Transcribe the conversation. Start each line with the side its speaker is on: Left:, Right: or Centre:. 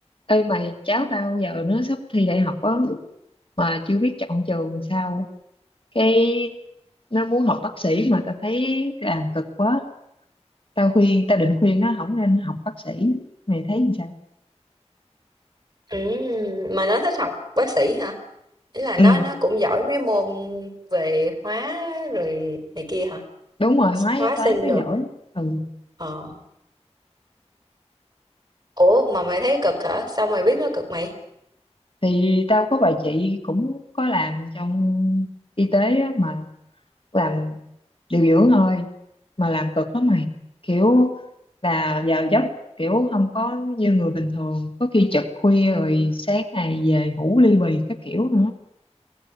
Left: Ê mày cháu tao giờ nó sắp thi đại học á mà chưa biết chọn trường sao cái nó muốn học bác sĩ mà tao thấy làm cực quá tao khuyên tao định khuyên nó không nên học bác sĩ mày thấy làm sao
Right: Ừm, mà nó thích học bác sĩ hả? Ý là nó
Left: ừ
Right: nó cũng giỏi mấy môn về hóa rồi này kia hả?
Left: đúng rồi hóa
Right: Hóa
Left: với
Right: sinh
Left: toán nó
Right: rồi.
Left: giỏi ừ
Right: Ờ. Ủa mà mày thấy cực hả? Sao mày biết nó cực mày?
Left: thì tao có bà chị cũng có làm trong y tế á, mà làm điều dưỡng thôi mà làm cực lắm mày kiểu là vào giấc kiểu không có như người bình thường có khi trực khuya rồi sáng ngày về ngủ ly bì các kiểu nữa